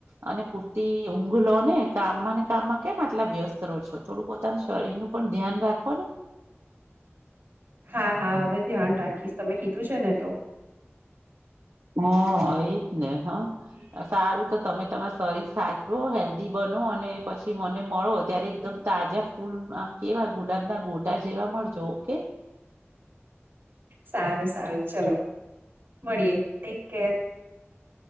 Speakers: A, on the right; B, on the right.
A: અને પૂરતી ઊંઘ લો ને કામમાં ને કામમાં કેમ આટલા વ્યસ્ત રહો છો. થોડું પોતાના શરીર નું પણ ધ્યાન રાખો ને.
B: હા, હા હવે ધ્યાન રાખીશ તમે કીધું છે ને તો.
A: હા એજ ને હા. સારું તો તમે તમાર શરીર સાચો હેલ્ધી બનો અને પછી મને મળો ત્યારે એકદમ તાજા ફૂલ આમ કેવા ગુલાબના ગોટા જેવા મળજો ઓકે.
B: સારું સારું ચલો મળીએ ટેક કેર.